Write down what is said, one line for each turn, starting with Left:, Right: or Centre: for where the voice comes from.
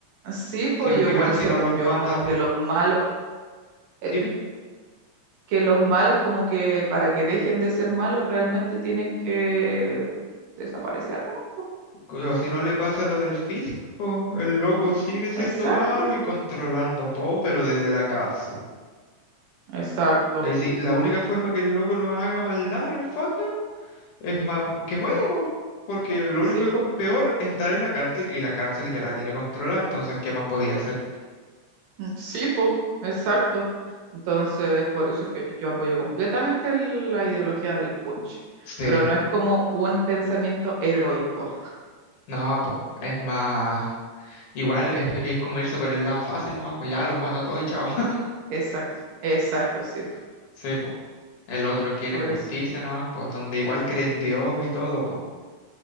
Right: Sí, pues
Left: Si al final
Right: yo igual,
Left: si
Right: según
Left: no los mata,
Right: yo, como que los malos. eh,
Left: dime,
Right: que los malos como que para que dejen de ser malos realmente tienen que desaparecer nomás, po.
Left: o si no le pasa lo del Fisk, po, el loco sigue siendo
Right: Exacto,
Left: malo y controlando todo, pero desde la cárcel.
Right: exacto.
Left: Es decir, la única forma que el loco no haga maldad en el fondo Es más, que muera, po, porque lo
Right: Sí,
Left: único
Right: po.
Left: peor es estar en la cárcel y la cárcel ya la tiene controlada, entonces, ¿qué más podía hacer?
Right: mm, Sí, po. Exacto. Entonces, por eso es que yo apoyo completamente el- la ideología del Punisher,
Left: Sí,
Right: pero no es como un pensamiento heroico.
Left: no, pues, es más, igual es, es como irse por el lado fácil nomás, pues ya los mato a todos y chao. <laughs>
Right: Exacto, exacto, sí, po.
Left: Sí, pues, el otro quiere
Right: Por
Left: justicia
Right: eso.
Left: nomás, pues, donde igual cree en Dios y todo, pues,